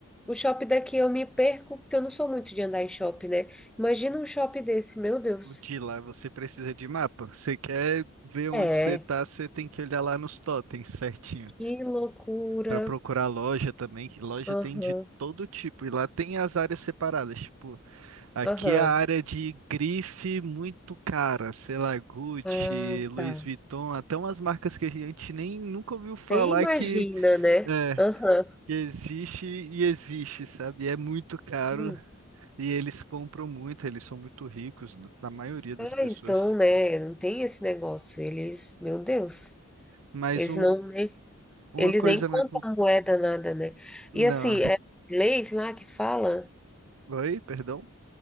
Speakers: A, in the centre; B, on the right.
A: O shopping daqui eu me perco porque eu não sou muito de andar em shopping, né? Imagina um shopping desse, meu Deus.
B: O de lá você precisa de mapa. Você quer ver onde
A: É,
B: você tá, você tem que olhar lá nos totens certinho.
A: que loucura.
B: Pra procurar loja também, que loja
A: Aham,
B: tem de todo tipo. E lá tem as áreas separadas. Tipo, aqui
A: aham.
B: é a área de grife muito cara, sei lá, Gucci,
A: Ah,
B: Louis
A: tá.
B: Vuitton, até umas marcas que a gente nem nunca ouviu falar
A: Nem imagina,
B: que,
A: né?
B: é,
A: Aham.
B: que existe e existe, sabe? E é muito caro.
A: Hum.
B: E eles compram muito, eles são muito ricos, na na maioria das
A: Ah,
B: pessoas.
A: então, né? Não tem esse negócio. Eles, meu Deus,
B: Mas
A: eles
B: um,
A: não, né?
B: uma
A: Eles
B: coisa
A: nem contam
B: na. cul-
A: moeda, nada, né?
B: Não.
A: E assim, é inglês lá que fala,
B: Oi, perdão?